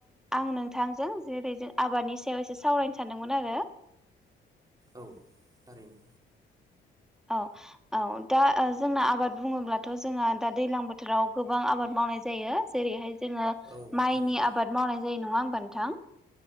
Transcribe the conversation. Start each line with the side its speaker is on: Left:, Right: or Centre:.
Centre: आं नोंथांजों जे बेजों आबाद नि सयाव एसे सावरायनो सानदोंमोन आरो
Right: औ थारैनो
Centre: औ औ दा ओ जोंना आबाद बुङोब्लाथ जोंहा दा दैज्लां बोथोराव गोबां आबाद मावो मावनाय जायो जेरैहाय जोंङो
Right: औ
Centre: माइनि
Right: थारैनो
Centre: आबाद मावनाय जायो नंङां होमबा नोंथां